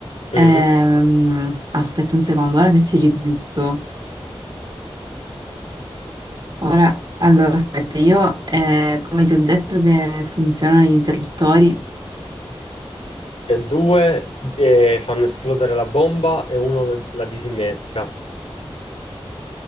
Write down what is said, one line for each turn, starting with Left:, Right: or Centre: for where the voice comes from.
Left: Mm.
Right: Ehm, aspetta un secondo, ora che ci ripenso. Ora, allora aspetta, io eh, come ti ho detto che funzionano gli interruttori?
Left: E due eh, fanno esplodere la bomba e uno le- la disinnesca.